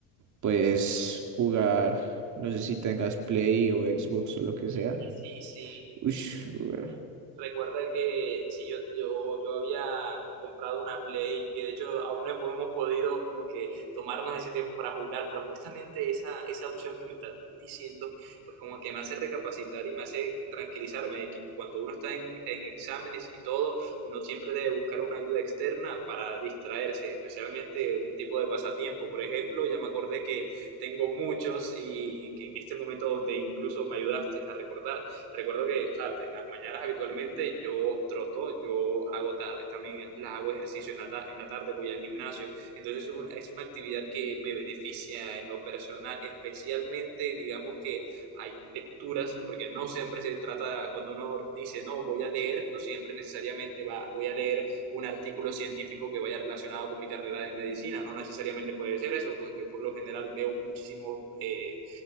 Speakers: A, on the right; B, on the right.
A: puedes jugar, no sé si tengas Play o Xbox o lo que sea.
B: Sí, sí, sí.
A: Ush, jugar.
B: Recuerda que si yo, yo, yo había comprado una Play, que de hecho aún no hemos podido como que tomarnos ese tiempo para jugar, pero justamente esa, esa opción que me estás diciendo, pues como que me hace recapacitar y me hace tranquilizarme de que cuando uno está en, en exámenes y todo, uno siempre debe buscar una ayuda externa para distraerse, especialmente un tipo de pasatiempo. Por ejemplo, ya me acordé que tengo muchos y en este momento donde incluso me ayudaste a recordar. Recuerdo que, o sea, en las mañanas habitualmente yo troto, yo hago ta- también la hago ejercicio en la, ta- en la tarde, voy al gimnasio. Entonces es, un- es una actividad que me beneficia en lo personal, especialmente digamos que hay lecturas, porque no siempre se trata, cuando uno dice, no, voy a leer, no siempre necesariamente va, voy a leer un artículo científico que vaya relacionado con mi carrera de medicina, no necesariamente puede ser eso, pues yo por lo general veo muchísimos eh,